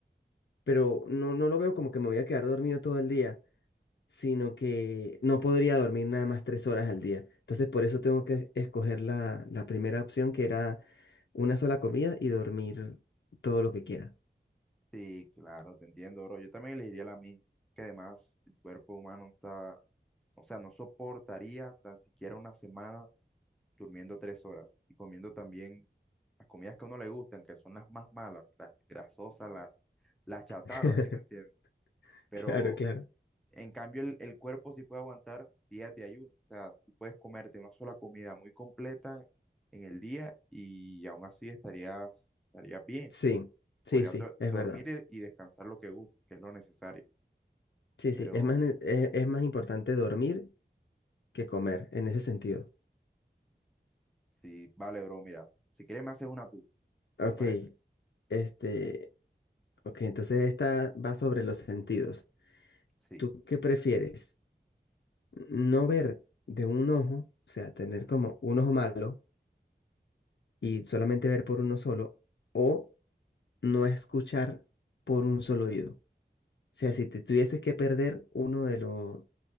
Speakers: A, on the left (about 75°); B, in the centre.
A: pero no, no lo veo como que me voy a quedar dormido todo el día. sino que no podría dormir nada más tres horas al día. Entonces, por eso tengo que escoger la, la primera opción, que era una sola comida y dormir todo lo que quiera.
B: Sí, claro, te entiendo, bro. Yo también elegiría la misma, que además el cuerpo humano está, o sea, no soportaría tan siquiera una semana durmiendo tres horas y comiendo también las comidas que a uno le gustan, que son las más malas, las grasosas, las, las chatarras,
A: <laughs>
B: ¿sí me entiendes? Pero
A: Claro, claro.
B: en cambio el, el cuerpo sí puede aguantar días de ayuno, o sea, tú puedes comerte una sola comida muy completa en el día y aún así estarías, estarías bien,
A: Sí, sí,
B: podrías
A: sí,
B: do-
A: es
B: dormir
A: verdad.
B: e- y descansar lo que gustes, que es lo necesario,
A: Sí,
B: pero
A: sí, es más, ne- es, es más importante dormir que comer en ese sentido.
B: sí, vale, bro, mira, si quieres me haces una tú,
A: Ok,
B: ¿te parece?
A: este, ok, entonces esta va sobre los sentidos.
B: Sí,
A: ¿Tú qué prefieres? ¿No ver de un ojo, o sea, tener como un ojo malo? y solamente ver por uno solo o no escuchar por un solo oído. O sea, si te tuvieses que perder uno de los